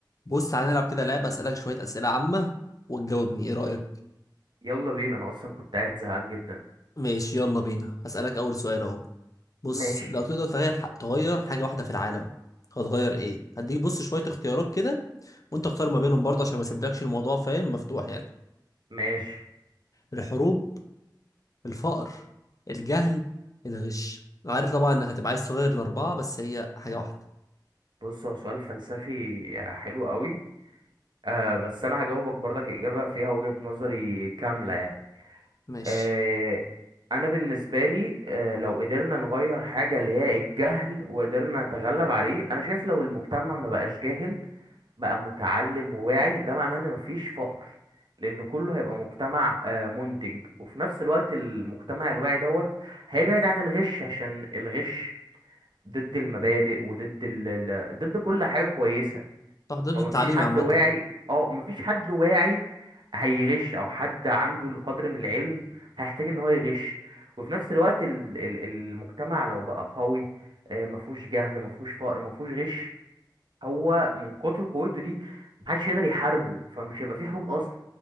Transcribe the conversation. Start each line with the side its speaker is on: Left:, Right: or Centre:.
Left: بص تعالى نلعب كده لعبة أسألك شوية أسئلة عامة وتجاوبني إيه رأيك؟
Right: يلا بينا انا اصلا كنت قاعد زهقان جدا
Left: ماشي يلا بينا هسألك أول سؤال أهو بص
Right: ماشي
Left: لو تقدر تغير ح... تغير حاجة واحدة في العالم هتغير إيه؟ هديك بص شوية اختيارات كده وأنت اختار ما بينهم برضه عشان ما اسيبلكش الموضوع فاهم مفتوح يعني
Right: ماشي
Left: الحروب الفقر الجهل الغش أنا عارف طبعا إنك هتبقى عايز تغير الأربعة بس هي حاجة واحدة
Right: بص هو سؤال فلسفي حلو قوي آه بس انا هجاوبك برضك اجابه فيها وجهه نظري كامله يعني
Left: ماشي
Right: آه انا بالنسبه لي آه لو قدرنا نغير حاجه اللي هي الجهل وقدرنا نتغلب عليه انا شايف لو المجتمع ما بقاش جاهل بقى متعلم وواعي ده معناه ان مفيش فقر لان كله هيبقى مجتمع آه منتج وفي نفس الوقت المجتمع الواعي دوت هيبعد عن الغش عشان الغش ضد المبادئ وضد ال... ال- ضد كل حاجة كويسة
Left: صح ضد
Right: فمفيش
Left: التعليم
Right: حد
Left: عامة
Right: واعي اه مفيش حد واعي هيغش او حد عنده القدر من العلم هيحتاج ان هو يغش وفي نفس الوقت ال... ال- المجتمع لو بقى قوي آه، مفهوش جهل مفهوش فقر مفهوش غش هو من كتر قوته دي محدش يقدر يحاربه فمش هيبقى فيه حروب اصلا